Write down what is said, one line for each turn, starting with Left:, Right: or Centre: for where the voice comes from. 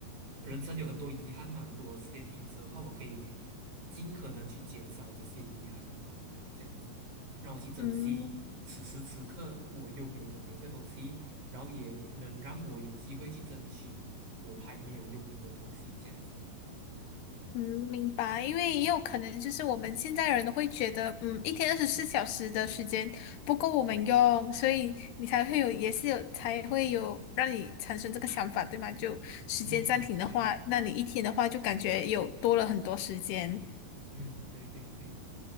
Right: 人生有很多遗憾嘛。如果我时间停止的话，我可以尽可能去减少这些遗憾，这样子让我去珍惜此时此刻我拥有的每一个东西，
Left: 嗯。
Right: 然后也能让我有机会去争取我还没有拥有的东西，这样子。
Left: 嗯，明白，因为也有可能就是我们现在人都会觉得，嗯，一天二十四小时的时间不够我们用，所以你才会有，也是有，才会有让你产生这个想法，对吗？就时间暂停的话，
Right: 嗯嗯，对，
Left: 那你一天的话就感觉有多了很多时间。
Right: 嗯对对对，